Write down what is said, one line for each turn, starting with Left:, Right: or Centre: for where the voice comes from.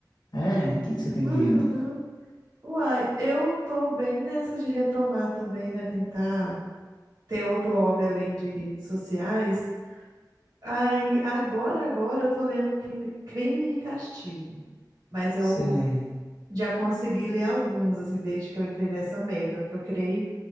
Left: É, o que que você tem
Right: Uhum.
Left: lido?
Right: Uai, eu tô bem nessa de retomar também, né? Tentar ter outro hobby além de redes sociais. Aí, agora, agora eu tô lendo Crime, Crime e Castigo. Mas eu
Left: Sei.
Right: já consegui ler alguns, assim, desde que eu entrei nessa meta, porque eu criei